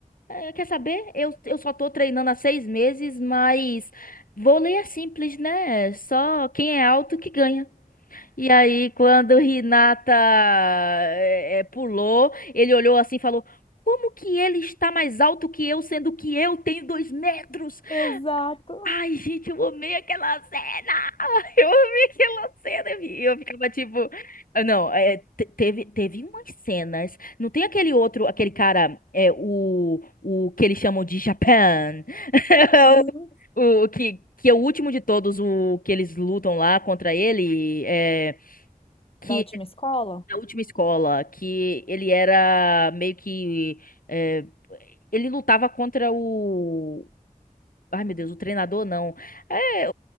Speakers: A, on the left; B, on the left.
A: "É, quer saber? Eu, eu só tô treinando há seis meses, mas vôlei é simples, né? Só quem é alto que ganha. E aí, quando Renata é, é, pulou, ele olhou assim e falou, como que ele está mais alto que eu, sendo que eu tenho dois metros?
B: exato.
A: Ai, gente, eu amei aquela cena! Eu vi aquela cena e eu ficava tipo, ah, não, é, te- teve, teve umas cenas. Não tem aquele outro, aquele cara, é, o, o que eles chamam de Japan, <laughs>
B: Uhum.
A: o, o que, que é o último de todos, o que eles lutam lá contra ele, é, que
B: Da última
A: é
B: escola?
A: da última escola, que ele era meio que, é, ele lutava contra o, ai meu Deus, o treinador não. É,